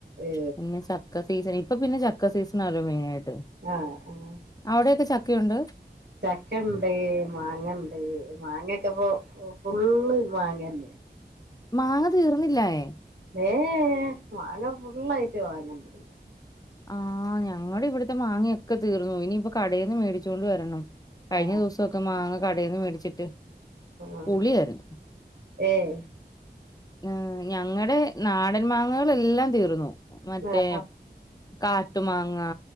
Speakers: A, on the right; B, on the left.
A: ഏ
B: പിന്നെ ചക്ക് ചക്ക സീസൺ ഇപ്പൊ പിന്നെ ചക്ക സീസണ ആല്ലോ മെയിനായിട്ട്
A: ആഹ് ആഹ്
B: അവിടെയൊക്കെ ചക്കയൊണ്ട്
A: ചക്കയൊണ്ട് മാങ്ങണ്ട് മാങ്ങ ഒക്കെപ്പൊ ഫുള്ള് മാങ്ങന്നെയാ <inaudible>
B: മാങ്ങ തീർന്നില്ലായെ
A: ഏഹ് മാങ്ങ ഫുള്ളായിട്ട് മാങ്ങേന്നെയല്ലേ
B: ആഹ് ഞങ്ങടെ ഇവിടുത്തെ മാങ്ങയൊക്കെ തീർന്നു ഇനിപ്പോ കടേന്ന് മേടിച്ചോണ്ട് വരണം കഴിഞ്ഞ
A: ആ
B: ദിവസൊക്കെ മാങ്ങ കടേന്ന് മേടിച്ചിട്ട്
A: ആഹ്
B: പുളിയായിരുന്നു
A: ഏഹ്
B: ആഹ് ഞങ്ങടെ നാടൻ മാങ്ങകളെല്ലാം തീർന്നു മറ്റേ
A: ആ
B: കാട്ടു മാങ്ങാ